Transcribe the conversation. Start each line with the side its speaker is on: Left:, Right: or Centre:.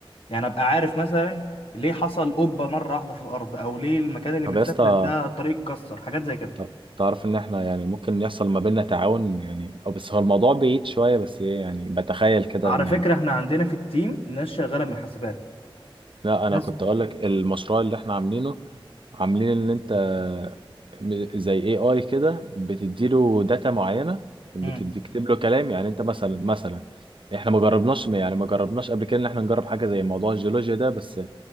Left: يعني ابقى عارف مثلا ليه حصل قبة مرة واحدة في الارض او ليه المكان اللي
Right: طب
Left: متسفلت
Right: يا اسطى
Left: ده الطريق اتكسر حاجات زي كده
Right: طب تعرف ان احنا يعني ممكن يحصل ما بيننا تعاون يعني أو بس هو الموضوع بعيد شويه بس ايه يعني بتخيل كده
Left: على
Right: ان
Left: فكرة
Right: يعني
Left: احنا عندنا في التيم ناس شغالة من حاسبات
Right: لا انا
Left: ناس
Right: كنت اقول لك المشروع اللي احنا عاملينه عاملين ان انت م- زي اي اي كده بتديله داتا معينه بتدي
Left: امم
Right: كتب له كلام يعني انت مثلا مثلا احنا ما جربناش يعني ما جربناش قبل كده ان احنا نجرب حاجه زي موضوع الجيولوجيا ده بس